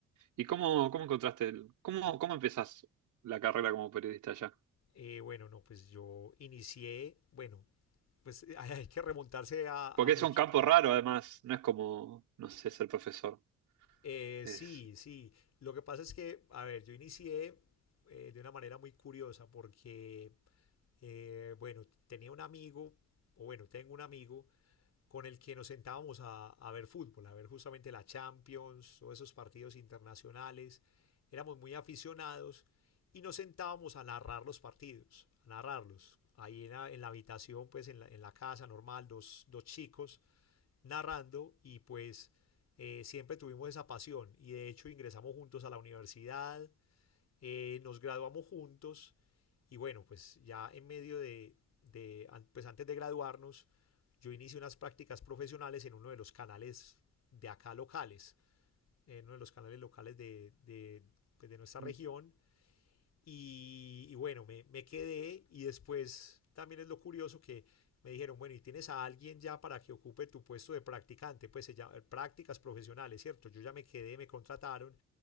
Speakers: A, on the right (about 80°); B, on the left (about 60°).
A: ¿Y cómo, cómo encontraste el, cómo, cómo empezás la carrera como periodista allá?
B: Eh, bueno, no, pues yo inicié, bueno, pues <laughs> hay que remontarse a, a
A: Porque
B: mucho.
A: es un campo raro, además, no es como, no sé, ser profesor.
B: Eh,
A: Es,
B: sí, sí. Lo que pasa es que, a ver, yo inicié eh, de una manera muy curiosa porque, eh, bueno, tenía un amigo, o bueno, tengo un amigo con el que nos sentábamos a, a ver fútbol, a ver justamente la Champions, todos esos partidos internacionales. Éramos muy aficionados y nos sentábamos a narrar los partidos, a narrarlos. Ahí en la, en la habitación, pues en la, en la casa normal, dos, dos chicos narrando y pues eh, siempre tuvimos esa pasión y de hecho ingresamos juntos a la universidad, eh, nos graduamos juntos y bueno, pues ya en medio de, de, pues antes de graduarnos, yo inicié unas prácticas profesionales en uno de los canales de acá locales, en uno de los canales locales de, de, pues de nuestra
A: <laughs>
B: región. Y, y bueno, me, me quedé y después también es lo curioso que me dijeron, bueno, ¿y tienes a alguien ya para que ocupe tu puesto de practicante? Pues se llama, eh, prácticas profesionales, ¿cierto? Yo ya me quedé, me contrataron